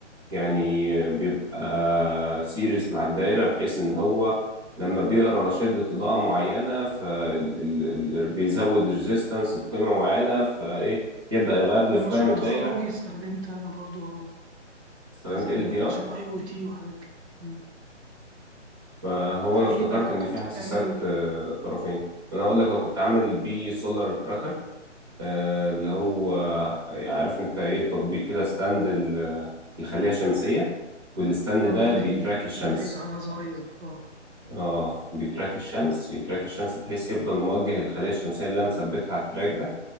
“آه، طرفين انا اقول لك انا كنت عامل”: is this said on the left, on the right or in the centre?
Right